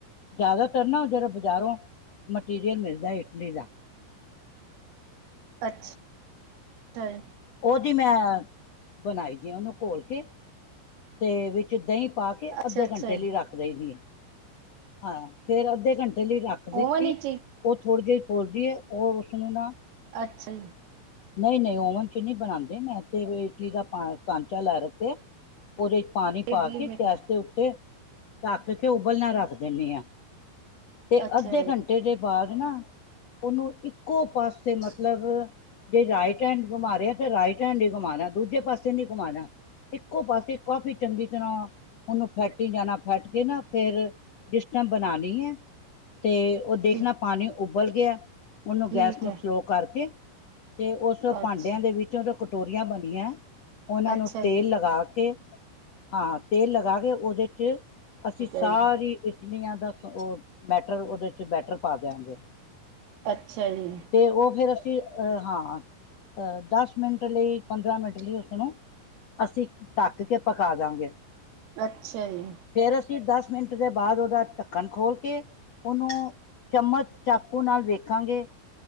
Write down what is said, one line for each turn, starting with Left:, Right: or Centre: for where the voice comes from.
Left: ਜ਼ਿਆਦਾਤਰ ਨਾ ਜਿਹੜਾ ਬਜ਼ਾਰੋਂ ਮਟੀਰੀਅਲ ਮਿਲਦਾ ਇਡਲੀ ਦਾ।
Right: ਅੱਛਾ ਜੀ।
Left: ਉਹਦੀ ਮੈਂ ਬਣਾਈ ਦੀ ਆ ਉਹਨੂੰ ਘੋਲ ਕੇ ਤੇ ਵਿੱਚ ਦਹੀਂ। ਪਾ ਕੇ
Right: ਅੱਛਾ-ਅੱਛਾ
Left: ਅੱਧੇ ਘੰਟੇ
Right: ਜੀ,
Left: ਲਈ ਰੱਖ ਦੀ ਹਾਂ ਫਿਰ ਅੱਧੇ ਘੰਟੇ ਲਈ ਰੱਖ। ਰੱਖ ਦਿੱਤੀ
Right: ਓਵਨ ਵਿੱਚ ਹੀ
Left: ਉਹ ਥੋੜੀ ਦੇਰ ਬੋਲਦੀ ਉਹ ਉਸਨੂੰ ਨਾ,
Right: ਅੱਛਾ ਜੀ
Left: ਨਹੀਂ ਨਹੀਂ ਓਵਨ ਚ ਨਹੀਂ ਬਣਾਉਂਦੇ ਮੈਂ ਤੇ ਇਡਲੀ ਦਾ ਸਾਂਚਾ ਲੈ ਰੱਖੇ ਉਹਦੇ ਚ ਪਾਣੀ ਪਾ
Right: ਇਡਲੀ
Left: ਕੇ
Right: ਮੇਕਰ
Left: ਗੈਸ ਦੇ ਉੱਤੇ ਤੱਕ ਕੇ ਉਬਲਣਾ ਰੱਖ ਦਿੰਦੇ ਹਾਂ ਤੇ
Right: ਅੱਛਾ
Left: ਅੱਧੇ ਘੰਟੇ ਦੇ ਬਾਅਦ ਨਾ ਉਹਨੂੰ ਇੱਕੋ ਪਾਸੇ ਮਤਲਬ ਜੇ ਰਾਈਟ ਹੈਂਡ ਘੁਮਾ ਰਿਹਾ ਤੇ ਰਾਈਟ ਹੈਂਡ ਹੀ ਘਮਾਉਣਾ ਦੂਜੇ ਪਾਸੇ ਨੀ ਘੁਮਾਣਾ ਇੱਕੋ ਪਾਸੇ ਕਾਫ਼ੀ ਚੰਗੀ ਤਰ੍ਹਾਂ ਉਹਨੂੰ ਫੈਟੀ ਜਾਣਾ ਫੈਟ ਕੇ ਨਾ ਫਿਰ ਲਿਸਟਾਂ ਬਣਾ ਲਈਆਂ ਤੇ ਉਹ ਦੇਖਣਾ
Right: ਜੀ,
Left: ਪਾਣੀ ਉਬਲ ਗਿਆ ਉਹਨੂੰ
Right: ਠੀਕ
Left: ਗੈਸ ਨੂੰ
Right: ਹੈ,
Left: ਸਲੋ ਕਰਕੇ ਤੇ ਉਸ
Right: ਅੱਛਾ,
Left: ਭਾਂਡਿਆਂ ਦੇ ਵਿੱਚ ਉਹ ਕਟੋਰੀਆਂ ਬਣੀਆਂ ਉਹਨਾਂ
Right: ਅੱਛਾ
Left: ਨੂੰ ਤੇਲ
Right: ਜੀ,
Left: ਲਗਾ ਕੇ ਹਾਂ ਤੇਲ ਲਗਾ ਕੇ ਉਹਦੇ ਚ
Right: ਠੀਕ
Left: ਅਸੀਂ ਸਾਰੀ
Right: ਹੈ ਜੀ।
Left: ਇਟਲੀਆਂ ਦਾ ਉਹ ਬੈਟਰ ਉਹਦੇ ' ਬੈਟਰ ਪਾ ਦਿਆਂਗੇ
Right: ਅੱਛਾ ਜੀ
Left: ਤੇ ਉਹ ਫਿਰ ਅਸੀਂ ਹਾਂ ਦਸ ਮਿੰਟ ਲਈ ਪੰਦਰਾਂ ਮਿੰਟ ਲਈ ਉਸਨੂੰ ਅਸੀਂ ਤੱਕ ਕੇ ਪਕਾ ਦਾ ਗਏ
Right: ਅੱਛਾ ਜੀ
Left: ਫਿਰ ਅਸੀਂ ਦਸ ਮਿੰਟ ਦੇ ਬਾਅਦ ਉਹਦਾ ਢੱਕਣ ਖੋਲ ਕੇ ਉਹਨੂੰ ਚਮਚ ਚਾਕੂ ਨਾਲ ਵੇਖਾਂਗੇ